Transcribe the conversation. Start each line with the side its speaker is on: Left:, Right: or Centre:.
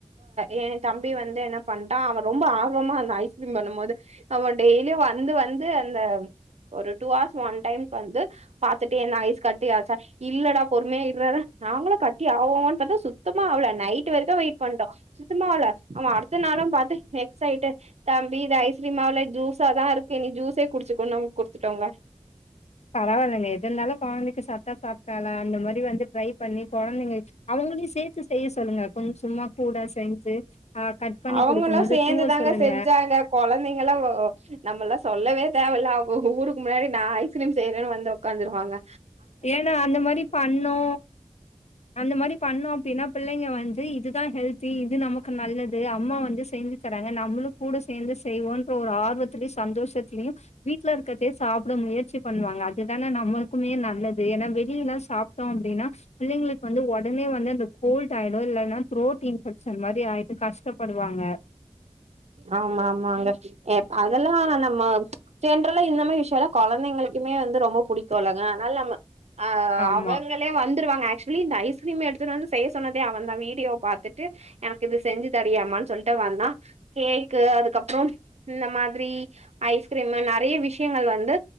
Right: எ தம்பி வந்து என்ன பண்ட்டா அவ ரொம்ப ஆர்வமா இருந்தா ஐஸ்கிரீம் பண்ணும் போது அவ டெய்லியு வந்து வந்து அந்த ஒரு டூ அவர்ஸ் ஒன் டைம் வந்து பாத்து ஏன் ஐஸ் கட்டியா இருக்கா இல்லடா பொறுமய இருறா நாங்களு கட்டி ஆவோனு பாத்தா சுத்தமா ஆவல நைட் வரைக்கு வெயிட் பண்டோ சுத்தமாவல அவ அடுத்த நாளு பாத்து வெக்ஸ் ஆட்டு தம்பி இத ஐஸ்கிரீம் ஆகல ஜூஸா தா இருக்கு இனி ஜூஸே குடிச்சுக்கனு நாங்க குடுத்துட்டோங்க
Left: பரவாயில்லைங்க எது இருந்தாலு கொழந்தைக்கு சத்தா சாப்ட்டால அந்த மாதிரி வந்து ட்ரை பண்ணி கொழந்தைங்க அவுங்களையு சேத்து செய்ய சொல்லுங்க கொஞ்சோ சும்மா கூட செஞ்சு ஆ கட் பண்ணி
Right: அவுங்களு
Left: குடுக்கும்போது
Right: சேந்துதாங்க
Left: தூவ சொல்லுங்க.
Right: செஞ்சாங்க கொழந்தைங்களா நம்மல்லா சொல்லவே தேவலா ஒங்க ஊருக்கு முன்னாடி நா ஐஸ் கிரீம் செய்றேன்னு வந்து ஒக்காந்துருக்கோங்க
Left: ஏன்னா அந்த மாதிரி பண்ணோ அந்த மாதிரி பண்ணோ அப்டின்னா பிள்ளைங்க வந்து இதுதா ஹெல்தி இது நம நல்லது அம்மா வந்து செஞ்சு தராங்க நம்மளு கூட சேந்து செய்வோன்ற ஒரு ஆர்வத்திலயு சந்தோஷத்தலயு வீட்ல இருக்குறதே சாப்ட முயற்சி பண்ணுவாங்க அதுதானே நம்மளுக்குமே ந நல்லது ஏனா வே ல்லா சாப்ட்டோ அப்டின்னா பிள்ளங்களுக்கு வந்து ஒடம் ஒடனே வந்து அது கோல்ட் ஆயிடு இல்லன்ன த்ரோட் இன்ஃபெக்க்ஷன் மாதிரி ஆயிட்டு கஷ்டப்படுவாங்க
Right: ஆமா ஆமாங்க அதெல்லா நம்ம ஜென்றல்லா இந்த மாரி விஷயோ எல்ல கொழந்தைங்களுக்குமே வந்து ரொம்ப பிடிக்கு இல்லங்க அதனால நம்ம ஆ
Left: ஆமா
Right: அவுங்களே வந்துருவாங்க ஆக்சுவலி இந்த ஐஸ் கிரிம் எடுத்துட்டு வந்து செய்ய சொன்னதே அவன் தா வீடியோ பார்த்துட்டு எனக்கு இது செஞ்சு தரியாமான்னு சொல்லிட்டு வந்தா கேக்கு அதுக்கப்பறோ இந்த மாதிரி ஐஸ்கிரீம் நெறய விஷயங்கள் வந்து